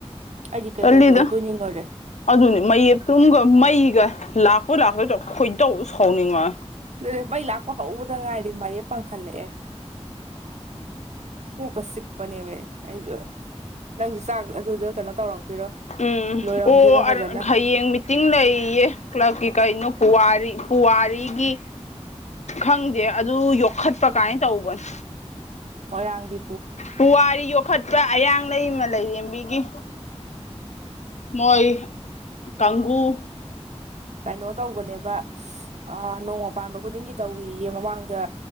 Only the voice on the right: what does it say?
ꯑꯩꯗꯤ ꯀꯩꯀꯩꯒꯤ
ꯑꯣꯏꯕꯨꯅꯤꯡꯒꯣꯔꯦ
ꯑꯗꯨꯅꯦ ꯃꯩ ꯂꯥꯛꯄ ꯍꯧꯕꯗ ꯉꯥꯏꯗꯤ ꯃꯌꯦꯛꯞ ꯄꯥꯡꯈꯠꯂꯛꯑꯦ ꯀꯣ ꯀ ꯁꯤꯛꯄꯅꯦ ꯑꯩꯁꯨ ꯅꯪꯁꯨ ꯆꯥꯛ ꯑꯗꯨꯗ ꯀꯩꯅꯣ ꯇꯧꯔꯝꯈꯤꯔꯣꯏ
ꯂꯣꯏꯔꯝꯈꯤꯔꯣꯏ
ꯐꯖꯅ
ꯃꯣꯏꯔꯥꯡꯗꯤ
ꯀꯩꯅꯣ ꯇꯧꯕꯅꯦꯕ ꯑ ꯅꯣꯡꯃ ꯄꯥꯟꯕ ꯈꯨꯗꯤꯡꯒꯤ ꯇꯧꯋꯦꯌꯦ ꯃꯃꯥꯡꯗ